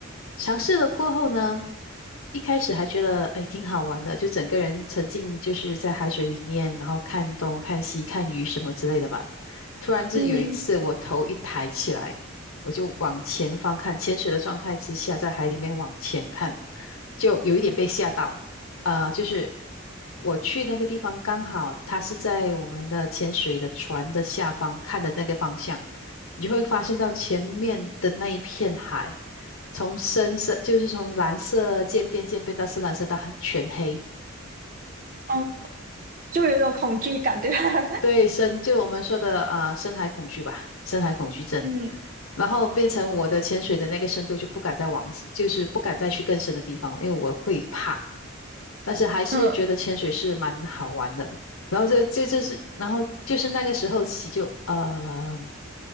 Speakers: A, on the left; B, on the right.
A: 尝试了过后呢，一开始还觉得哎挺好玩的，就整个人沉浸就是在海水里面，然后看东看西看鱼什么之类的吧。突然就有一次我头一抬起来，
B: 嗯，
A: 我就往前方看，潜水的状态之下在海里面往前看，就有一点被吓到。呃，就是我去那个地方，刚好它是在我们的潜水的船的下方看的那个方向，你就会发现到前面的那一片海，从深色就是从蓝色渐变渐变到深蓝色到全黑，
B: 哦，就有一种恐惧感，对吧？<laughs>
A: 对，深就我们说的啊、呃深海恐惧吧，深海恐惧症，
B: 嗯
A: 然后变成我的潜水的那个深度就不敢再往，就是不敢再去更深的地方了因为我会怕。但是还是觉得潜水是蛮好玩的。
B: 嗯
A: 然后这这就是，然后就是那个时候起就呃